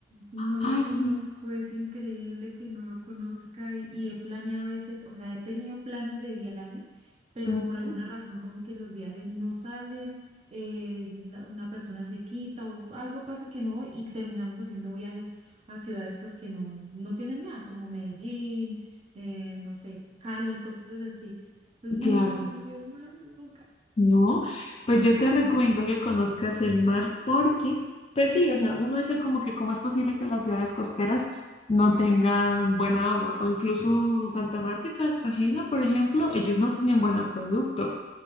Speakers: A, on the right; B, on the left.
A: No
B: Ay,
A: lo conozco, es increíble que no lo conozca y, y he planeado a veces, o sea, he tenido planes de viaje, pero
B: Ujú.
A: por alguna razón como que los viajes no salen, eh, la- una persona se quita o algo pasa que no voy y terminamos haciendo viajes a ciudades pues que no, no tienen mar, como Medellín, eh, no sé, Cali, cosas así. Entonces
B: claro,
A: nunca he conocido el mar, nunca,
B: no. Pues yo te
A: no,
B: recomiendo que conozcas el mar porque, pues sí, o sea, uno dice como que cómo es posible que las ciudades costeras no tengan buena agua, o incluso
A: sí,
B: Santa Marta y Cartagena, por ejemplo, ellos no tienen buen acueducto,